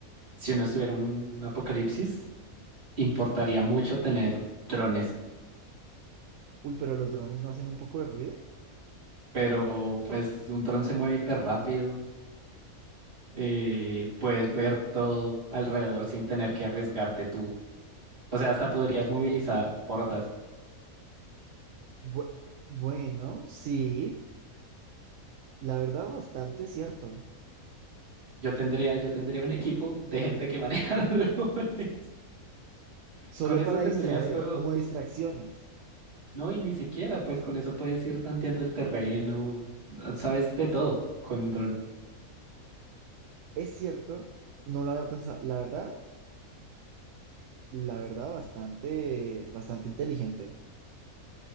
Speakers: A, on the right; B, on the right.
A: si uno estuviera en un apocalipsis, importaría mucho tener drones,
B: Uy, pero los drones no hacen un poco de ruido.
A: pero pues un dron se mueve hiper rápido, eh, puedes ver todo alrededor sin tener que arriesgarte tú. O sea, hasta podrías movilizar hordas.
B: Bu- bueno, sí, la verdad bastante cierto.
A: Yo tendría, yo tendría un equipo de gente que maneja <laughs> drones.
B: Solo
A: Con eso
B: para
A: tendrías
B: distraer,
A: todo.
B: como distracciones.
A: No, y ni siquiera, pues con eso puedes ir tanteando el terreno, sabes de todo con un dron.
B: Es cierto, no lo había pensado. La verdad, la verdad bastante, bastante inteligente